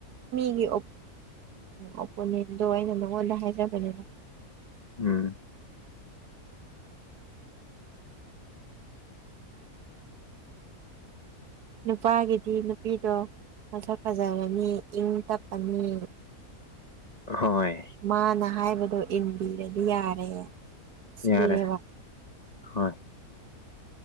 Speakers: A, on the right; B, on the left.
A: ꯑꯩꯒꯤ ꯑꯣꯄꯣꯅꯦꯟꯗꯣ ꯑꯩꯅ ꯅꯉꯣꯟꯗ ꯍꯥꯏꯖꯕꯅꯤꯅ
B: ꯎꯝ
A: ꯅꯨꯄꯥꯒꯤꯗꯤ ꯅꯨꯄꯤꯗꯣ ꯃꯁꯛ ꯐꯖꯔꯅꯤ ꯏꯪ ꯇꯞꯄꯅꯤ
B: ꯍꯣꯏ
A: ꯃꯥꯅ ꯍꯥꯏꯕꯗꯣ ꯏꯟꯕꯤꯔꯗꯤ ꯌꯥꯔꯦ ꯁꯤꯅꯦꯕ
B: ꯌꯥꯔꯦ ꯍꯣꯏ